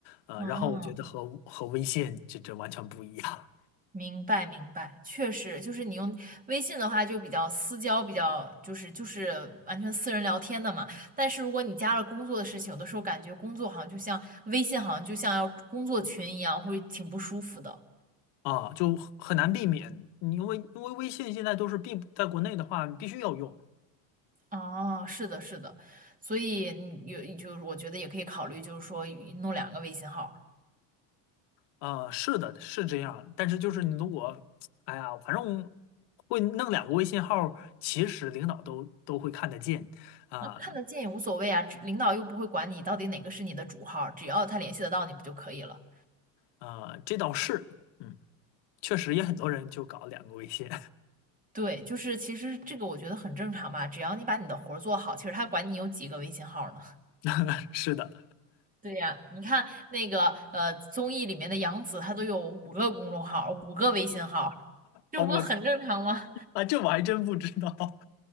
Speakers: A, on the left; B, on the right.
A: 呃，
B: 嗯，
A: 然后我觉得和和微信这这完全不一样
B: 明白明白，确实，就是你用微信的话就比较私交，比较就是就是完全私人聊天的嘛。但是如果你加了工作的事情，有的时候感觉工作好像就像微信，好像就像要工作群一样，会挺不舒服的。
A: 啊，就很很难避免，因为因为微信现在都是必在国内的话你必须要用，
B: 哦，是的，是的，所以你有就是我觉得也可以考虑，就是说弄两个微信号儿，
A: 呃，是的，是这样，但是就是你如果，哎呀，反正会弄两个微信号，其实领导都都会看得见。啊，
B: 那看得见也无所谓啊，只领导又不会管你到底哪个是你的主号儿，只要他联系得到你不就可以了？
A: 啊，这倒是，嗯，确实也很多人就搞两个微信，
B: 对，就是其实这个我觉得很正常嘛，只要你把你的活儿做好，其实他管你有几个微信号儿呢？
A: <laughs> 是的，
B: <laughs> 对呀，你看那个呃综艺里面的杨紫，她都有五个公众号儿，五个微信号儿，这不很正常吗？
A: 哦，我啊，这我还真不知道，